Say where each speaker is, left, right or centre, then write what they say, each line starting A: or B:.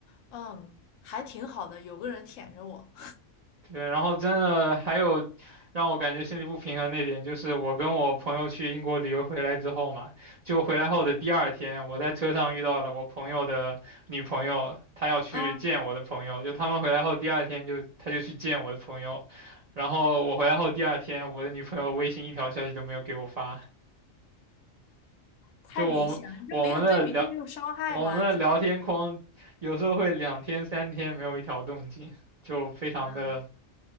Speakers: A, on the left; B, on the right.
A: 嗯，还挺好的，有个人舔着我，<laughs>
B: 对，然后真的还有让我感觉心里不平衡那点，就是我跟我朋友去英国旅游回来之后嘛，就回来后的第二天，我在车上遇到了我朋友的女朋友，她要去见我的朋友，
A: 嗯，
B: 就他们回来后第二天就她就去见我的朋友，然后我回来后第二天，我的女朋友微信一条消息都没有给我发。
A: 太明显了，
B: 就我们我们的聊
A: 你这没有对比就没有伤害嘛，
B: 我们的聊天框，
A: 你这个，
B: 有时候会两天三天没有一条动静，就非常的
A: 嗯，